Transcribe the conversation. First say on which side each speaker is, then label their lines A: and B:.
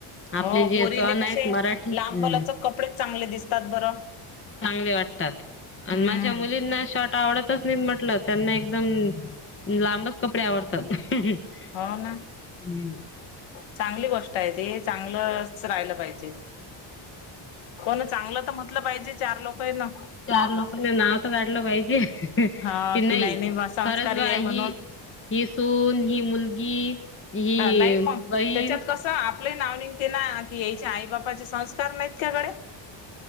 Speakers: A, on the left; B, on the left.
A: आपले
B: हो,
A: जे
B: पोरींना
A: सण आहेत
B: कसे
A: मराठी हम्म
B: लांब-लचक कपडेच चांगले दिसतात, बरं
A: चांगले वाटतात आणि
B: हम्म
A: माझ्या मुलींना शॉर्ट आवडतच नाही, म म्हटलं त्यांना एकदम लांबच कपडे आवडतात. <inaudible>
B: हो ना
A: हो
B: चांगली गोष्ट आहे ते चांगलंच राहिलं पाहिजे हो ना, चांगलं तर म्हटलं पाहिजे, चार लोक आहेत ना
A: चार लोकांनी नाव तर काढलं पाहिजे कि
B: हा
A: नाही
B: की बा संस्कारी
A: खरंच बाय
B: आहे म्हणून
A: ही, ही सून ही मुलगी ही
B: अ नाही मग,
A: बहीण
B: त्याच्यात कसं आपलं ही नाव नई ते ना की यिच्या आई बापाचे संस्कार नाहीत का गडे.